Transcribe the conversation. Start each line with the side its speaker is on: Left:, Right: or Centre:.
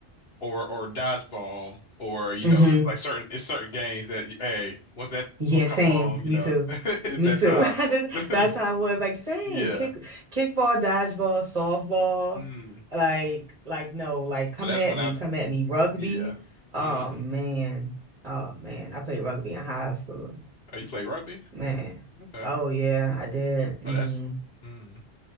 Left: or or dodgeball or you
Right: hmm
Left: know like certain it's certain games that hey once that
Right: Yeah,
Left: don't come
Right: same.
Left: along
Right: Me
Left: you know
Right: too.
Left: <laughs> at
Right: Me
Left: that
Right: too.
Left: time.
Right: <laughs> I just-
Left: <laughs>
Right: That's how it was. Like same.
Left: Yeah.
Right: Kick kickball, dodgeball, softball.
Left: Mm.
Right: Like like no, like come
Left: So that's
Right: at
Left: when
Right: me,
Left: I.
Right: come at me. Rugby.
Left: Yeah.
Right: Oh
Left: Mm.
Right: man. Oh man. I played rugby in high school.
Left: Oh, you play rugby?
Right: Man.
Left: Okay.
Right: Oh yeah, I did. Mm-hmm.
Left: Oh, that's. Mm.